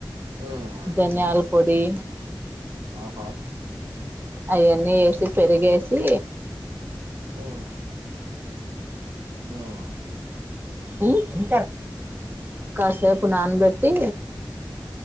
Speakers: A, on the right; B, on the right.
A: ఉమ్
B: ధన్యాల్ పొడి
A: ఆహా
B: అయన్నీ యేసి పెరుగేసి
A: ఊ ఊహ్
B: ఉహ్ కాసేపు నానబెట్టి